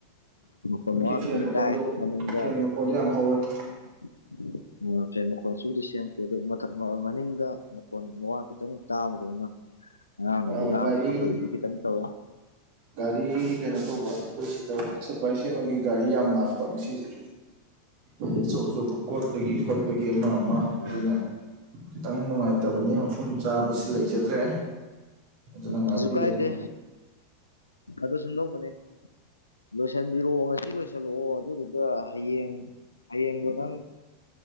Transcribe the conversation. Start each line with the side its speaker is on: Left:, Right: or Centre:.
Left: ꯑꯣꯏ ꯃ
Right: ꯐꯦꯟ
Left: ꯈꯤꯇꯪ
Right: ꯃꯈꯣꯟꯗꯣ
Left: ꯇꯥꯏ ꯃꯅꯨꯡꯗ
Right: ꯐꯦꯟ ꯃꯈꯣꯟꯗꯣ ꯌꯥꯝ ꯍꯧꯋꯦ
Left: <inaudible> ꯎ ꯐꯦ ꯃꯈꯣꯟꯜꯁꯨꯗꯤ ꯁꯦꯝꯈꯤꯦ ꯑꯗꯨꯊ ꯃꯅꯤꯡꯗ ꯃꯈꯣꯟ ꯃꯋꯥ ꯈꯤꯇꯪ ꯇꯥꯕꯗꯧꯅ ꯑꯉꯥꯡꯅꯗꯤ
Right: ꯑꯥ
Left: ꯂꯥꯛꯑꯝꯕ
Right: ꯒꯥꯔꯤ
Left: ꯈꯣꯠꯄꯒꯤꯁꯨ ꯈꯤꯇꯪ ꯇꯧꯋꯦ
Right: ꯒꯥꯔꯤ ꯀꯩꯅꯣ ꯇꯧꯕ ꯑꯩꯈꯣꯏ ꯁꯤꯗ ꯋꯥꯇꯔ ꯁꯄ꯭ꯂꯥꯏ ꯁꯦꯝꯕꯒꯤ ꯒꯥꯔꯤ ꯌꯥꯝ ꯂꯥꯛꯄ ꯉꯁꯤꯁꯦ ꯑꯩ ꯑꯆꯧ ꯑꯆꯧꯕ ꯀꯣꯠꯄꯒꯤ ꯈꯣꯠꯄꯒꯤ ꯑꯃ ꯑꯃ
Left: ꯑꯣ,
Right: ꯑꯗꯨꯅ ꯈꯤꯇꯪ ꯅꯨꯡꯉꯥꯏꯇꯕꯅꯤ ꯃꯐꯝ ꯆꯥꯕꯁꯤ ꯂꯩꯖꯗ꯭ꯔꯦ ꯑꯗꯨꯅ ꯉꯥꯛꯄꯤꯒꯅꯤ
Left: ꯀꯁꯨ ꯀꯥꯏꯗꯦ ꯑꯗꯣ ꯁꯨꯝꯗꯧꯕꯅꯦ ꯂꯣꯏꯁꯤꯟꯕꯤꯔꯛꯑꯣ ꯉꯁꯤ ꯂꯣꯏꯁꯤꯜꯂꯛꯑꯣ ꯑꯗꯨꯗꯨꯒ ꯍꯌꯦꯡ ꯍꯌꯦꯡꯗꯣ ꯅꯪ